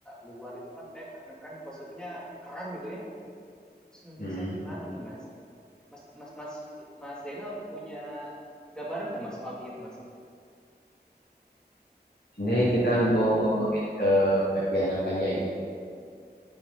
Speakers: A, in the centre; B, on the left.
A: luar itu kan kayak keren-keren filosofinya keren gitu ya. Terus Indonesia
B: Hmm.
A: gimana nih Mas? Mas Mas Mas Mas Zainal punya gambaran nggak Mas soal kayak gitu Mas?
B: Ini kita mau ngomongin ke bagian apanya ini?